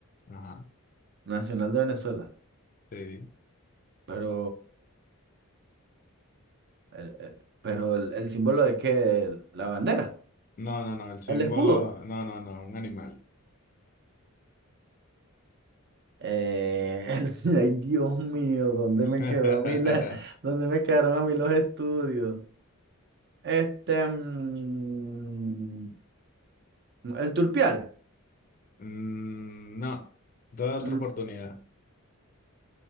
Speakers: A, on the left; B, on the right.
A: Ajá,
B: nacional de Venezuela.
A: sí.
B: Pero, el, el- pero el, el símbolo de qué, la bandera,
A: No, no, no, el símbolo,
B: el escudo.
A: no, no, no, un animal.
B: Eh, el- <laughs> ay, Dios mío, ¿dónde
A: <laughs>
B: me quedó a mí la- dónde me quedaron a mí los estudios? Este, mm, el turpial,
A: Mm, no, doy otra
B: mm,
A: oportunidad.